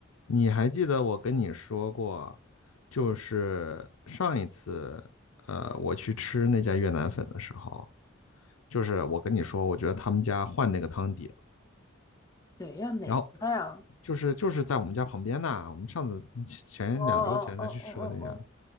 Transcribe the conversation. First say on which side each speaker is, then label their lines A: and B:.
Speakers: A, on the left; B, on the left.
A: 你还记得我跟你说过，就是上一次，呃，我去吃那家越南粉的时候，就是我跟你说，我觉得他们家换那个汤底了
B: 怎样哪家呀？
A: 然后呃就是就是在我们家旁边呐，我们上次前两周前才去吃过那家，
B: 哦哦哦哦哦